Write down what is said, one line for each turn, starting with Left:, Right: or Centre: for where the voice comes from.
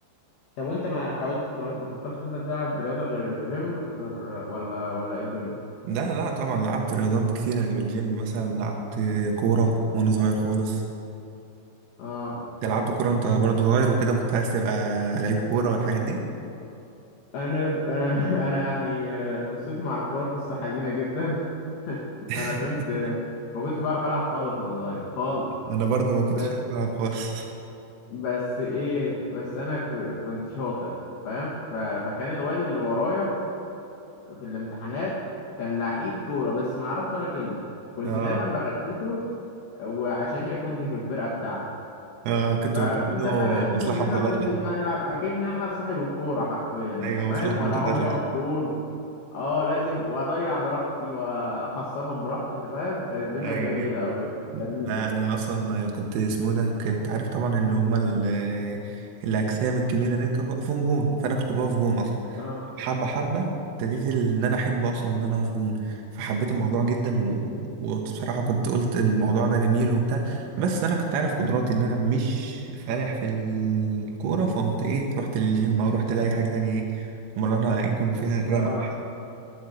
Left: طب وانت ما حاولتش ما ما فكرتش مثلا تلعب رياضة غير الجيم غير ولا ولا ايه الدنيا
Right: لا لا طبعا لعبت رياضات كتيرة غير الجيم مثلا لعبت آه، كورة وانا صغير خالص
Left: اه
Right: أنت لعبت كورة وانت برضو صغير وكده كنت عايز تبقى لعيب كورة والحاجات دي
Left: انا انا <laughs> انا يعني آه، قصتي مع الكورة قصة حزينة جدا <laughs>
Right: <laughs>
Left: انا كنت آه، ما كنتش بعرف العب خالص وانا صغير خالص
Right: انا برضو ما كنتش
Left: بس
Right: هلعب خالص
Left: بس ايه بس انا ك- كنت شاطر فاهم ف- فكان الواد اللي ورايا في الامتحانات كان لعيب كورة بس ما يعرفش ولا كلمة
Right: <laughs>
Left: كنت
Right: اه
Left: دايما بغششه وعشان ياخدني في الفرقة بتاعتي
Right: اه كنت
Left: فكنت
Right: برضو
Left: انا اغششه
Right: مصلحة
Left: من هنا
Right: متبادلة
Left: وننزل بقى نلعب اكن انا صاحب الكورة حرفيا انت
Right: ايوه
Left: فاهم
Right: مصلحة
Left: ولا
Right: متبادلة
Left: عمري اقف جون اه لازم واضيع براحتي واخسرهم براحتي انت فاهم كانت الدنيا
Right: ايوه
Left: جميلة او في التمييز
Right: لا
Left: يعني
Right: انا اصلا كنت اسمه ده كنت عارف طبعا ان هما ال- الاجسام الكبيره دي كانوا بيقفوا جون فانا كنت بقف جون اصلا
Left: اه
Right: حبه حبه ابتديت ان انا احب اصلا ان انا اقف جون فحبيت الموضوع جدا و... وبصراحه كنت قلت إن الموضوع ده جميل وبتاع بس انا كنت عارف قدراتي ان انا مش فالح في الكوره فقمت ايه رحت للجيم او رحت لاي حاجه تانية ايه مرنها يكون فيها الرمق
Left: اه